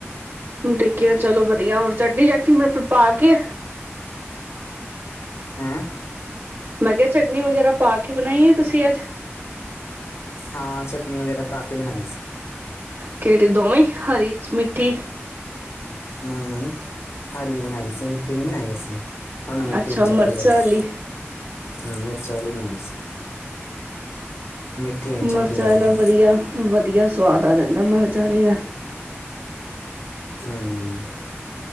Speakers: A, on the right; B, on the left.
A: ਟੇਕਿਆ ਚਲੋ ਵਧੀਆ ਹੋਰ ਚਟਨੀ ਚਟਨੀ ਮਤਲਬ ਪਾ ਕੇ
B: ਹੈਂ।
A: ਮੈਂ ਕੇਆ ਚਟਨੀ ਵਗੈਰਾ ਪਾ ਕੇ ਬਣਾਈ ਆਂ ਤੁਸੀਂ ਅੱਜ
B: ਹਾਂ ਚਟਨੀ ਵਗੈਰਾ ਪਾ ਕੇ ਬਣਾਈ ਸੀ।
A: ਕੇੜੇ ਦੋਵੇਂ ਹਰੀ ਮਿੱਠੀ
B: ਨਈਂ-ਨਈਂ, ਹਰੀ ਬਣਾਈ ਸੀ ਮਿੱਠੀ ਮਿੱਠੀ ਨੀ ਬਣਾਈ ਅਸੀਂ ਤੁਆਨੂੰ ਮਿੱਠੀ
A: ਅੱਛਾ
B: ਨੀ ਚੰਗੀ
A: ਮਿਰਚਾਂ
B: ਲੱਗਦੀ,
A: ਆਲੀ।
B: ਹੰਮ ਮਿਰਚਾਵਲੀ ਬਣਾਈ ਸੀ। ਮਿੱਠੀ ਨਹੀਂ
A: ਮਰਚਾ
B: ਚੰਗੀ ਲੱਗਦੀ
A: ਏਨਾ ਵਧੀਆ ਵਧੀਆ ਸਵਾਦ ਆ ਜਾਂਦਾ ਮਰਚਾਂਂ ਆਂਲੀ ਦਾ
B: ਹੁੰ।